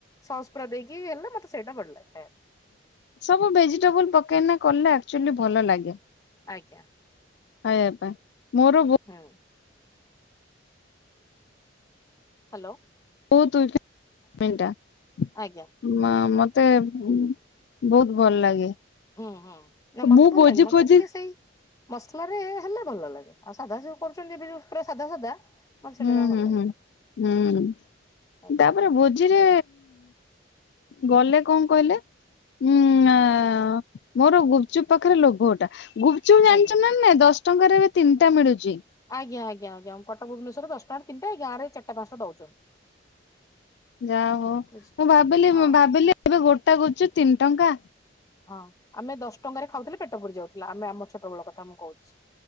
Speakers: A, on the left; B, on the left.
A: ସସ୍ସ ପୁରା ଦେଇକି ହେଲେ ମତେ ସେଇଟା ଭଲ ଲାଗେ। ହଁ
B: ସବୁ ଭେଜିଟେବୁଲ ପକେଇ କଲେ ଆକଚୁଆଲି ଭଲ ଲାଗେ।
A: ଆଜ୍ଞା।
B: ଖାଇବା ପାଇଁ ମୋର ବୋ-
A: ହଁ। ହାଲୋ।
B: <unintelligible> ନା
A: ଆଜ୍ଞା
B: ମତେ ବହୁତ ଭଲ ଲାଗେ।
A: ହୁଁ ହୁଁ ନା ମତେ
B: ମୁଁ
A: ଭଲ
B: ଭୋଜି
A: ଲାଗେ ମତେ
B: ଫୋଜି
A: ଟିକେ ସେଇ ମସଲାରେ ହେଲେ ଭଲ ଲାଗେ ଆଉ ସାଧା ସବୁ କରୁଛନ୍ତି ଏବେ ଯଉ ପୁରା ସାଧା ସାଧା ମତେ ସେଇଟା
B: ହୁଁ
A: ଜମା
B: ହୁଁ
A: ଭଲ ଲାଗେନା
B: ହୁଁ ହୁଁ
A: ଆଜ୍ଞା
B: ତାପରେ ଭୋ ଝିରେ ଗଲେ କଣ କହିଲେ ଉ ଅ ଅ ଅ। ମୋର ଗୁପଚୁପ ପାଖରେ ଲୋଭଟା ଗୁପଚୁପ ଜାଣିଛ
A: ଆଜ୍ଞା
B: ନା ନାଇଁ ଦଶ ଟଙ୍କାରେ ଏବେ ତିନିଟା ମିଳୁଛି।
A: ଆଜ୍ଞା ଆଜ୍ଞା ଆଜ୍ଞା କଟକ ଭୁବନେଶ୍ଵରରେ ଦଶଟଙ୍କାରେ ତିନଟା ଏଇ ଗାଁ ରେ ଚାରିଟା ପାଞ୍ଚଟା ଦଉଛନ୍ତି।
B: ଯା ହଉ ମୁଁ
A: ବୁଝିଲେ।
B: ଭାବିଲି
A: ହଁ
B: ଭାବିଲି ଏବେ ଗୋଟା ଗୁପଚୁପ ତିନ ଟଙ୍କା।
A: ହଁ ଆମେ ଦଶ ଟଙ୍କାରେ ଖାଉଥିଲେ ପେଟ ପୁରି ଯାଉଥିଲା ଆମେ ଆମ ଛୋଟବେଳ କଥା ମୁଁ କହୁଛି।